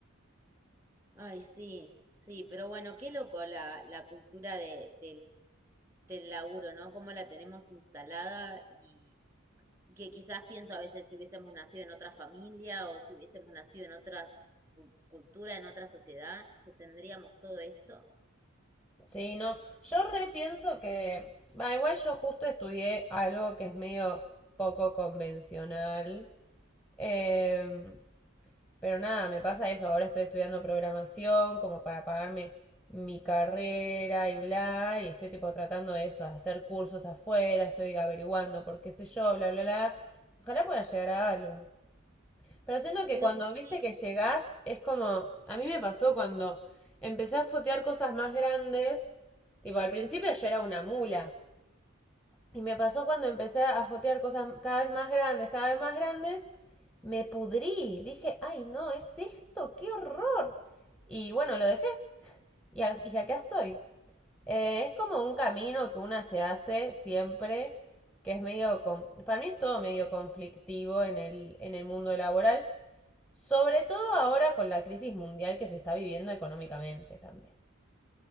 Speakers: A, on the right; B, in the centre.
A: Ay, sí, sí, pero bueno, qué loco la, la cultura de, del, del laburo, ¿no? Cómo la tenemos instalada y, y que quizás pienso a veces si hubiésemos nacido en otra familia o si hubiésemos nacido en otra cul- cultura, en otra sociedad, no sé, tendríamos todo esto.
B: Sí, no. Yo repienso que. Va, igual yo justo estudié algo que es medio poco convencional. Em, pero nada, me pasa eso. Ahora estoy estudiando programación como para pagarme mi carrera y bla. Y estoy tipo tratando de eso, de hacer cursos afuera. Estoy averiguando por qué sé yo, bla, bla, bla. Ojalá pueda llegar a algo. Pero siento que
A: Pero
B: cuando viste
A: sí,
B: que llegás, es como, a mí me pasó cuando empecé a fotear cosas más grandes, tipo, al principio yo era una mula, y me pasó cuando empecé a fotear cosas cada vez más grandes, cada vez más grandes, me pudrí, dije, ay no, es esto, qué horror. Y bueno, lo dejé, y, a- y acá estoy. Eh, es como un camino que una se hace siempre, que es medio, con- para mí es todo medio conflictivo en el, en el mundo laboral. Sobre todo ahora con la crisis mundial que se está viviendo económicamente también.